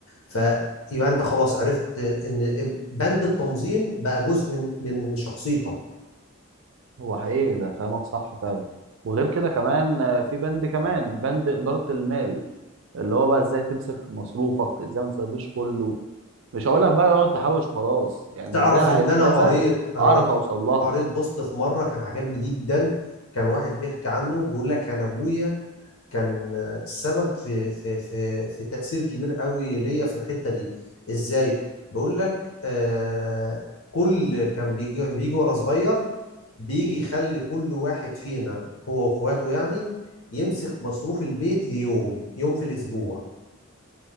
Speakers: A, on the left; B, on the right.
A: فيبقى انت خلاص عرفت ان بند التنظيم بقى جزء من من شخصيتك
B: هو حقيقي ده كلامك صح فعلا وغير كده كمان آه، في بند كمان بند إدارة المال اللي هو بقى ازاي تمسك مصروفك ازاي ما تسيبش كله مش هقول لك بقى اقعد تحوش وخلاص يعني
A: تعرف
B: ازاي انا
A: ان
B: عايز
A: انا
B: كذا
A: قريت أنا
B: اعرف
A: قريت
B: اوصل لها
A: قريت بوست في مرة كان عجبني جدا كان واحد بيحكي عنه بيقول لك كان ابويا كان السبب في في في في تأثير كبير قوي ليا في الحتة دي ازاي بقول لك آه كل كان بيجي بيجي وانا صغير بيجي يخلي كل واحد فينا هو واخواته يعني يمسك مصروف البيت ليوم يوم في الاسبوع